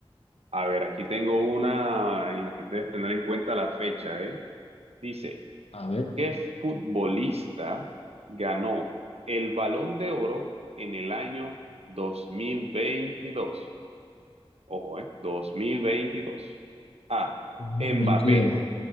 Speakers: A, on the right; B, on the left.
A: A ver, aquí tengo una en la que debes tener en cuenta la fecha, ¿eh? Dice,
B: A ver,
A: ¿qué futbolista ganó el Balón de Oro en el año 2022? Ojo, ¿eh? dos mil veintidós. A.
B: dos mil
A: Mbappé.
B: veintidós